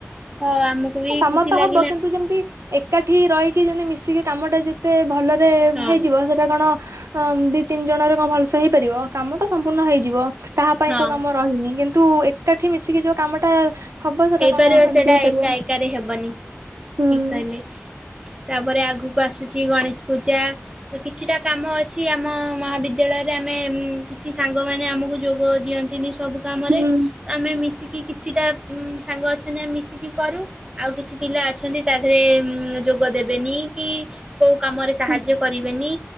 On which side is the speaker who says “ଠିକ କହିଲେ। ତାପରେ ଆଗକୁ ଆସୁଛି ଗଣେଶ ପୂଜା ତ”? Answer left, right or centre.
Right